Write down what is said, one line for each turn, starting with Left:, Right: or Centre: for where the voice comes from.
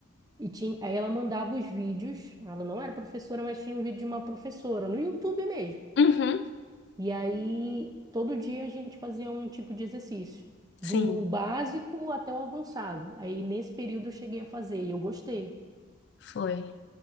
Right: e tinha aí ela mandava os vídeos ela não era professora mas tinha um vídeo de uma professora no YouTube mesmo
Left: Uhum.
Right: e aí todo dia a gente fazia um tipo de exercício do
Left: Sim,
Right: básico até o avançado aí nesse período eu cheguei a fazer e eu gostei
Left: foi.